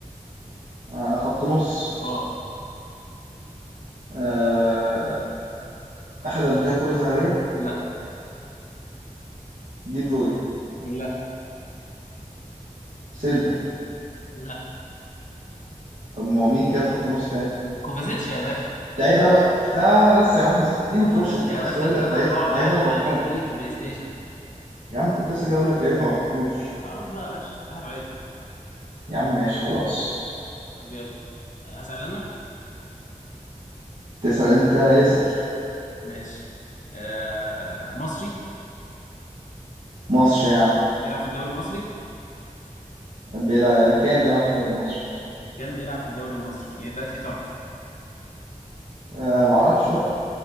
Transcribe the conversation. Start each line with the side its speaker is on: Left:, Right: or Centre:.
Right: آه خط نص
Left: اه
Right: آه، اخد قبل كده كرة ذهبية
Left: لا
Right: دي بروين
Left: لا
Right: سيلفا
Left: لا
Right: طب ما هو مين كده في خط نص تاني
Left: كوفازيتش يا باشا
Right: لعيب انا بقى اه لسه يا عم بس اديني
Left: كوفازيتش
Right: فرصة كنت
Left: يا باشا
Right: لسه اقول
Left: اللي
Right: لك
Left: انا
Right: لعيب
Left: بقعد
Right: لعيب
Left: اعلم
Right: انا بكرهه
Left: عليك بيه في البلاي ستيشن
Right: يا عم كنت لسه جاي اقول لك لعيب ما بحبوش
Left: خلاص بقى يا باشا راحت عليك
Right: يا عم ماشي خلاص
Left: طب يلا آه، هسأل انا
Right: تسأل انت اسأل
Left: ماشي آه مصري
Right: مصر يا عم
Left: بيلعب في الدوري المصري
Right: بيلعب كان بيلعب في الدوري المصري
Left: كان بيلعب في الدوري المصري يعني دلوقتي احترف
Right: آه ما اعرفش بقى